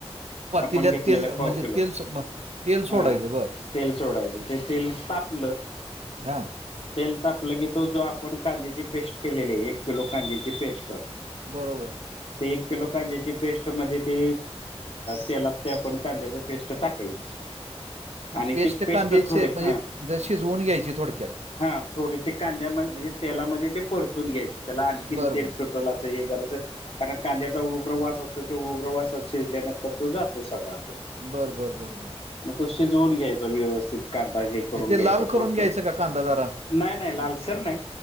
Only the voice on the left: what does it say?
आपण घेतलेलं
पाव
किलो
हा.
तेल सोडायचं ते तेल तापलं.
तेल तापलं की, तो जो आपण कांद्याची पेस्ट केलेली आहे एक किलो कांद्याची पेस्ट.
ते एक किलो कांद्याची पेस्ट मध्ये ते तेलात ते आपण कांद्याच पेस्ट टाकायची. <inaudible>
ती
थोडे
हा
हा थोडेसे कांद्यामध्ये म्हणजे तेलामध्ये ते परतून घ्यायचं त्याला आणखीन
तेल
सुट लाच हे जरासं कारण कांद्याचा उग्रवास असतो त्या उग्रवास शिजल्यानंतर तो जातो सगळा तो.
मग तो शिजवून घ्यायचं. व्यवस्थित कांदा हे करून
घ्यायच
परतून.
नाही नाही लालसर
नाही